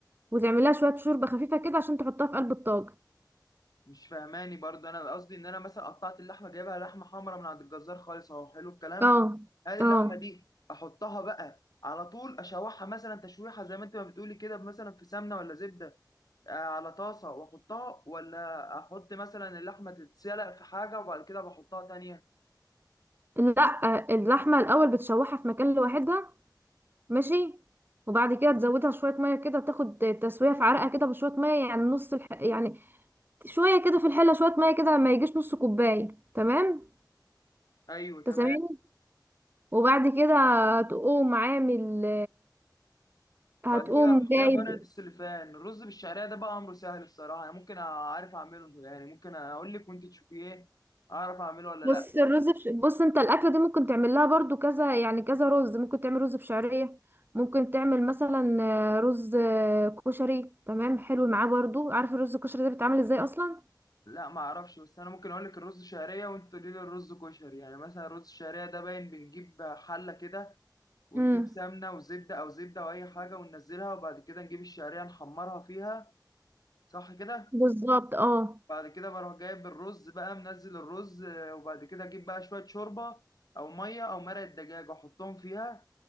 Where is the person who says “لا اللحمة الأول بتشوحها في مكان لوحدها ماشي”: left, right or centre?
Right